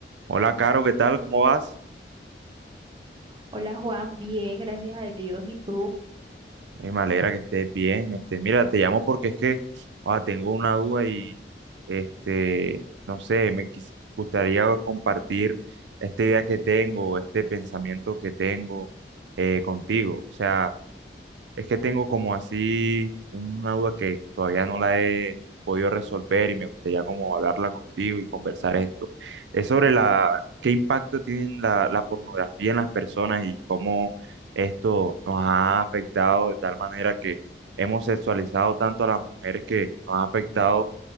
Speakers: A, on the right (about 80°); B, on the right (about 25°).
A: Hola, Caro, ¿qué tal? ¿Cómo vas?
B: Hola Juan, bien, gracias a Dios. ¿Y tú?
A: Ay, me alegra que estés bien. Este, mira, te llamo porque es que ah, tengo una duda y este, no sé, me quis- gustaría compartir esta idea que tengo, este pensamiento que tengo eh, contigo. O sea, Es que tengo como así una duda que todavía no la he podido resolver y me gustaría como hablarla contigo y conversar esto. Es sobre la, qué impacto tiene la, la pornografía en las personas y cómo esto nos ha afectado de tal manera que hemos sexualizado tanto a las mujeres que nos ha afectado